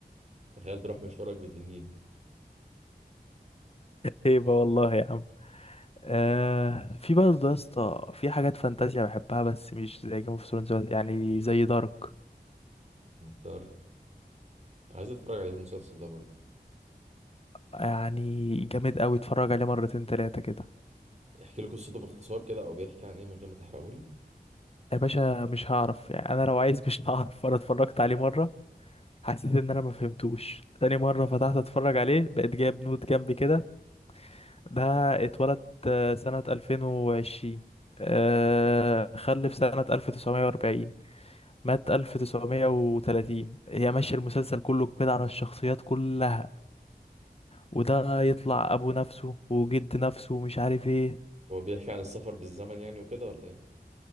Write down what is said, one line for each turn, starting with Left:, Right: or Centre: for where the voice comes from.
Right: تخيل تروح مشوارك بتنين
Left: هيبة والله يا عم آه في برضه يا اسطى في حاجات فانتازيا بحبها بس مش زي جيم اوف ثرونز يعني زي دارك
Right: انت عايز اتفرج عليه المسلسل ده برضه
Left: يعني جامد قوي اتفرج عليه مرتين تلاتة كده
Right: احكي لي قصته باختصار كده او بيحكي عن ايه من غير ما تحرقولي
Left: يا باشا مش هعرف يعني انا لو عايز مش هعرف انا اتفرجت عليه مرة حسيت ان انا ما فهمتوش تاني مرة فتحت اتفرج عليه بقيت جايب نوت جنبي كده ده اتولد آه، سنة 2020 آه، خلف سنة 1940 مات 1930 هي ماشية المسلسل كله كده على الشخصيات كلها وده يطلع ابو نفسه وجد نفسه ومش عارف ايه
Right: هو بيحكي عن السفر بالزمن يعني وكده ولا ايه